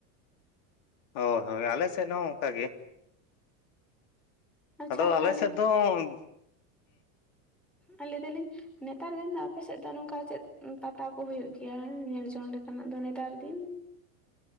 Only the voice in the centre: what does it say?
ᱟᱪᱪᱷᱟ
ᱛᱟᱦᱚᱞᱮ
ᱟᱨ ᱞᱟᱹᱭ ᱫᱟᱹᱞᱤᱧᱼᱼ ᱱᱮᱛᱟᱨ ᱫᱤᱱ ᱫᱚ ᱟᱯᱮ ᱥᱮᱫ ᱫᱚ ᱱᱚᱝᱠᱟ ᱪᱮᱫ ᱯᱟᱛᱟ ᱠᱚ ᱦᱩᱭᱩᱜ ᱜᱮᱭᱟ? ᱧᱮᱞ ᱡᱚᱝ ᱞᱮᱠᱟᱱᱟᱜ ᱫᱚ ᱱᱮᱛᱟᱨ ᱫᱤᱱ᱾